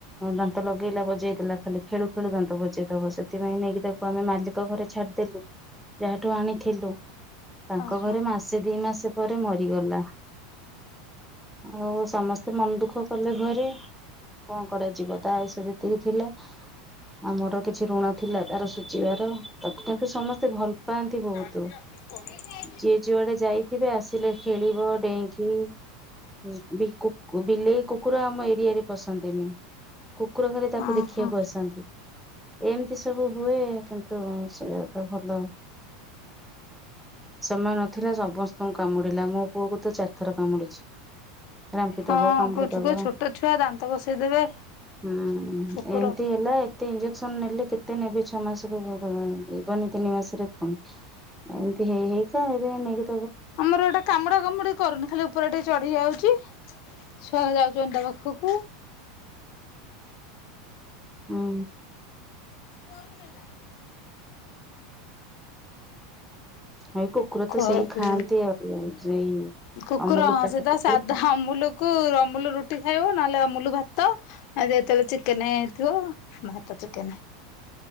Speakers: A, in the centre; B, on the left (about 60°).
A: ଦାନ୍ତ ଲଗେଇଲା ବଜେଇ ଦେଲା ଖାଲି ଖେଳୁ ଖେଳୁ ଦାନ୍ତ ବଜେଇଥବ ସେଥିପାଇଁ ନେଇକି ତାକୁ ଆମେ ମାଲିକ ଘରେ ଛାଡିଦେଲୁ ଯାହାଠୁ ଆଣିଥିଲୁ। ତାଙ୍କ
B: ଓହୋ।
A: ଘରେ ମାସେ ଦି ମାସେ ପରେ ମରିଗଲା ଆଉ ସମସ୍ତେ ମନ ଦୁଃଖ କଲେ ଘରେ କଣ କରାଯିବ ତା ଆୟୁଷ ଯେତିକି ଥିଲେ। ଆମର କିଛି ଋଣ ଥିଲା। ତାର ସୁୁଝିବାର ତ କିନ୍ତୁ ସମସ୍ତେ ଭଲ
B: <inaudible>
A: ପାଆନ୍ତି ବହୁତ ଯିଏ ଯୁଆଡେ ଯାଇଥିବେ ଆସିଲେ ଖେଳିବ ଡେଇଁଙ୍କି ବିଲେଇ କୁକୁର ଆମ ଏରିଆରେ ପସନ୍ତିନି କୁକୁର ଘରେ ତାକୁ
B: ଓହୋ
A: ଦେଖିବାକୁ ଆସନ୍ତି ଏମିତି ସବୁ ହୁଏ। କିନ୍ତୁ ସେ ଜାଗା ଭଲ ସମୟ ନଥିଲା ସମସ୍ତଙ୍କୁ କାମୁଡିଲା ମୋ ପୁଅ କୁ ତ ଚାରି ଥର କାମୁଡିଛି। ରାମ୍ପି
B: ହଁ
A: ଦବ କାମୁଡି
B: କହୁଛୁ
A: ଦବ
B: କ ଛୋଟ ଛୁଆ ଦାନ୍ତ ବସେଇ ଦେବେ
A: ହୁଁ
B: କୁକୁର
A: ଏମିତି ହେଲା ଏତେ ଇଞ୍ଜେକ୍ସନ ନେଲେ କେତେ ନେବେ ଛଅ ମାସ ଯିବନି ତିନି ମାସରେ ପୁଣି ଏମତି ହେଇ ହେଇ <unintelligible>
B: ଆମର ଏଇଟା କାମୁଡା କାମୁଡି କରୁନି ଖାଲି ଉପରେ ଟିକେ ଚଢି ଯାଉଛି ଛୁଆ ଯାଉଛନ୍ତି ତା ପାଖକୁ
A: ହୁଁ
B: ପୁଅ କୁ ନେଇଯା
A: ଭାଇ କୁକୁର
B: ଖୁଆକୁ
A: ତ ସେଇ ଖାଆନ୍ତି ଆଉ ସେଇ
B: କୁକୁର
A: ଅମୁଲ
B: ହଁ
A: ପ୍ରାୟ
B: ସେଧ
A: କୁକୁର
B: ସାଧା ଅମୁଲକୁ ଅମୁଲ ରୁଟି ୁଟି ଖାଇବ ନହେଲେ ଅମୁଲ ଭାତଲେ ଯେତେବେଳେ ଚିକେନ ହେଇଥିବ ଭାତ ଚେ